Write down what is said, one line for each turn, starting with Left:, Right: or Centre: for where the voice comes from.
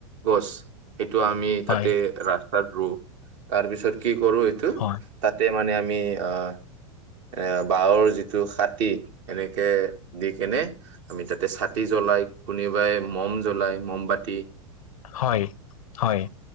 Right: গছ। এইটো আমি
Left: হয়,
Right: তাতে
Left: হয়,
Right: ৰাস্তাত ৰুওঁ তাৰপিছত কি কৰো এইটো
Left: হয়,
Right: তাতে মানে আমি আ' এ বাহৰ যিটো খাতী এনেকে দি কেনে আমি তাতে চা তি জ্বলাই কোনোবাই মম জ্বলাই মমবাতি।
Left: হয়, হয়।